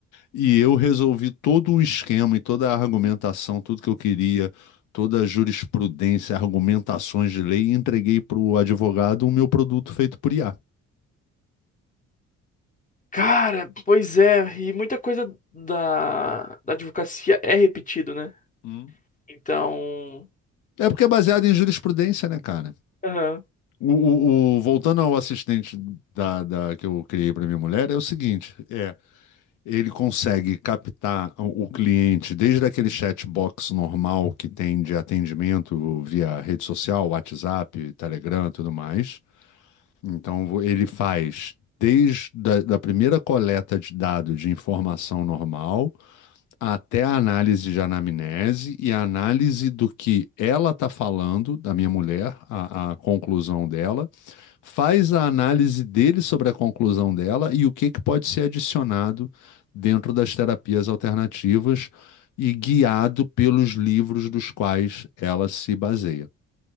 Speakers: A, on the left; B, on the left.
A: e eu resolvi todo o esquema e toda a argumentação, tudo que eu queria, toda a jurisprudência, argumentações de lei, e entreguei para o advogado o meu produto feito por IA.
B: Cara, pois é, e muita coisa da, da advocacia é repetido, né?
A: Hum.
B: Então,
A: É porque é baseado em jurisprudência, né, cara?
B: aham.
A: O, o- o- voltando ao assistente da, da- que eu criei para minha mulher, é o seguinte: é, ele consegue captar o, o cliente desde aquele chatbox normal que tem de atendimento via rede social, WhatsApp, Telegram, e tudo mais. Então vo- ele faz desde da, da primeira coleta de dado de informação normal até a análise de anamnese e a análise do que ela está falando, da minha mulher, a, a conclusão dela, faz a análise dele sobre a conclusão dela e o que, que pode ser adicionado dentro das terapias alternativas e guiado pelos livros dos quais ela se baseia.